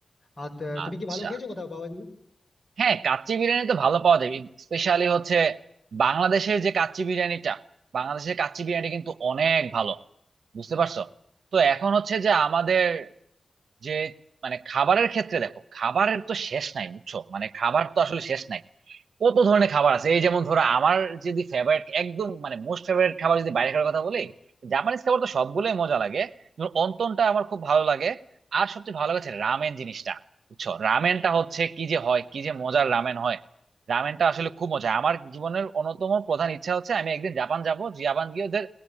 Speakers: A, on the left; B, on the right.
A: আর ত- তুমি
B: আচ্ছা
A: কি ভালো খেয়েছো কোথাও পাওয়া যায়
B: হ্যাঁ কাচ্চি বিরিয়ানি তো ভালো পাওয়া যায় স্পেশালি হচ্ছে বাংলাদেশের যে কাচ্চি বিরিয়ানিটা বাংলাদেশের কাচ্চি বিরিয়ানি কিন্তু অনেক ভালো বুঝতে পারছো তো এখন হচ্ছে যে আমাদের যে মানে খাবারের ক্ষেত্রে দেখো খাবারের তো শেষ নাই বুঝছো মানে খাবার তো আসলে শেষ নাই কত ধরনের খাবার আছে এই যেমন ধরো আমার যদি ফেভারিট একদম মানে মোস্ট ফেভারিট খাবার যদি বাইরে খাওয়ার কথা বলি জাপানিজ খাবার তো সবগুলোই মজা লাগে যেমন অন্তনটা আমার খুব ভালো লাগে আর সবচেয়ে ভালো লাগছে রামেন জিনিসটা বুঝছো রামেনটা হচ্ছে কি যে হয় কি যে মজার রামেন হয় রামেনটা আসলে খুব মজা আমার জীবনের অন্যতম প্রধান ইচ্ছা হচ্ছে আমি একদিন জাপান যাব জাপান গিয়ে ওদের